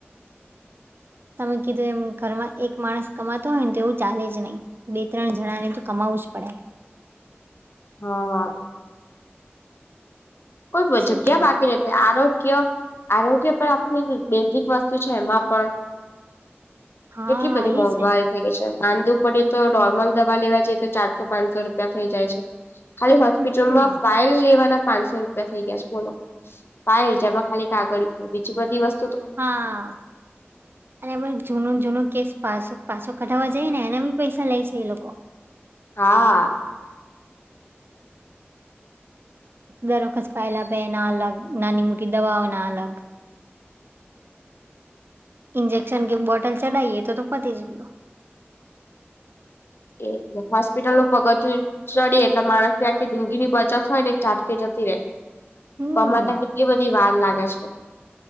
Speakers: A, on the right; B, on the left.
A: તમે કીધું એમ ઘરમાં એક માણસ કમાતો હોય ને તો એવું ચાલે જ નહીં બે ત્રણ જણા ને તો કમા વુ જ પડે.
B: હા આ. કોઈ
A: શું
B: જગ્યા
A: કરો
B: બાકી નથી આરો કિયા આરોગ્ય પણ આપણની બેઝિક વસ્તુ છે એમાં પણ
A: હા
B: કેટલી બધી મોંઘવારી
A: એ છે
B: થઈ ગઈ છે. વાંધુ પડીએ તો નોર્મલ દવા લેવા જઈએ તો ચારસો પાંચસો રૂપિયા થઇ જાય છે. ખાલી હોસ્પિટલમાં
A: હમ હમ
B: ફાઇલ લેવાના પાંચસો તા થઈ ગયા છે બોલો. પાય જેમાં ખાલી કાગળ ખાય બીજી બધી વસ
A: હા અને હમણા જૂનું જૂનું કેસ પાસું પાછો કઢાવવા જઈ ને એના બી પૈસા લે છે એ લોકો.
B: હા.
A: દરખસ ફાયેલા બે ના અલગ નાની મોટી દવાઓ ના અલગ. ઇન્જેક્શન કે બોટલ ચઢાઈએ તો તો પતિજ ગયો.
B: એ હોસ્પિટલ નું પગથું ચડીે એટલે માણસ ને આખી જિંદગી ની બચત હોય ને એક ચાટકી જતી રહે.
A: હમ
B: કમાતા કેટલી બધી વાર લાગે છે.